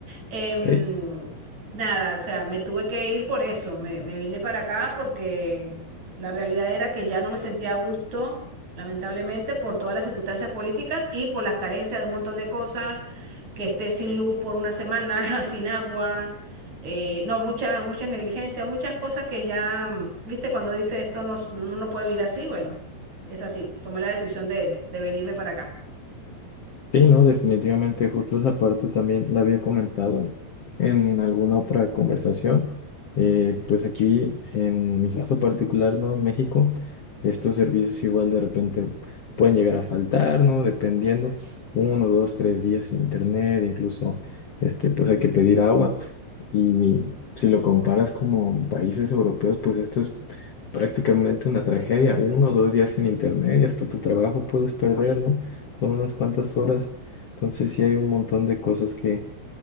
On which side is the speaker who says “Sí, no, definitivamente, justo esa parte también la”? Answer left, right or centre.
Left